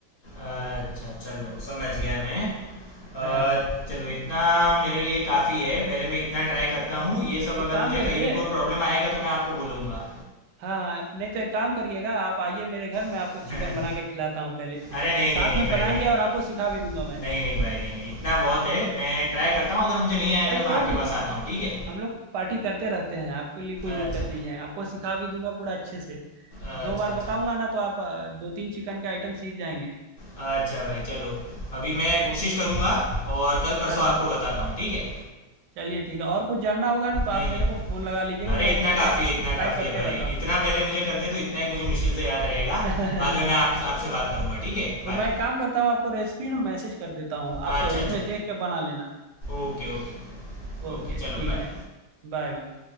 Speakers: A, on the left; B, on the right.
A: अच्छा चलो समझ गया मैं अ,
B: हाँ
A: चलो इतना मेरे लिए काफ़ी है पहले मैं इतना ट्राई करता हूँ ये सब
B: एक
A: अगर
B: काम
A: मुझे
B: करिए
A: कहीं भी कोई प्रॉब्लम आएगा तो मैं आपको बोलूँगा
B: हाँ नहीं तो एक काम करिएगा आप आइए मेरे घर मैं
A: <laughs>
B: आपको चिकन
A: अरे
B: बना के खिलाता हूँ पहले
A: नहीं
B: साथ
A: नहीं नहीं
B: में
A: भाई
B: बनाएंगे
A: नहीं नहीं
B: और
A: नहीं
B: आपको सिखा भी दूंगा मैं
A: नहीं नहीं भाई नहीं नहीं इतना बहुत है मैं ट्राई करता हूँ अगर मुझे नहीं आएगा
B: अरे
A: तो
B: कोई
A: मैं आपके
B: नहीं
A: पास आता हूँ ठीक है
B: हम लोग पार्टी करते रहते हैं आपके लिए कोई दिक्कत
A: अच्छा
B: नहीं है आपको सिखा भी दूंगा पूरा अच्छे से
A: अच्छा
B: दो बार
A: अच्छा
B: बताऊंगा ना तो आप अ, दो तीन चिकन का आइटम सीख जाएंगे
A: अच्छा भाई चलो अभी मैं कोशिश करूँगा और कल परसों
B: हाँ हाँ
A: आपको बताता हूँ ठीक है
B: चलिए ठीक है और कुछ जानना होगा ना तो आप
A: नहीं नहीं
B: मेरे को फोन लगा लीजिएगा
A: अरे
B: मैं
A: इतना
B: नए नए
A: काफ़ी
B: रेसिपी
A: है इतना
B: ट्राई
A: काफ़ी
B: करते
A: है भाई
B: रहता हूँ
A: इतना पहले मुझे करने दो इतना ही मुझे मुश्किल से याद रहेगा
B: <laughs>
A: बाद में मैं आपके आपसे बात करूँगा ठीक है
B: तो
A: बाय
B: मैं एक काम करता हूँ आपको रेसिपी ना मैसेज कर देता हूँ आप
A: अच्छा
B: उसमें
A: अच्छा
B: देख के बना लेना
A: Okay okay
B: ओके
A: ओके चलो
B: ठीक
A: बाय
B: है Bye bye